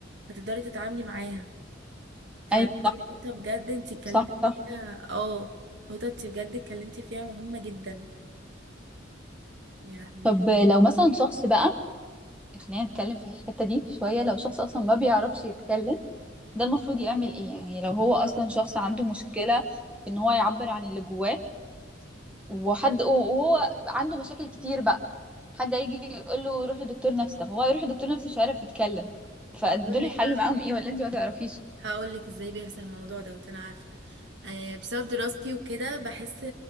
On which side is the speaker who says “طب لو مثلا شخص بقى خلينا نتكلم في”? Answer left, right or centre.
Centre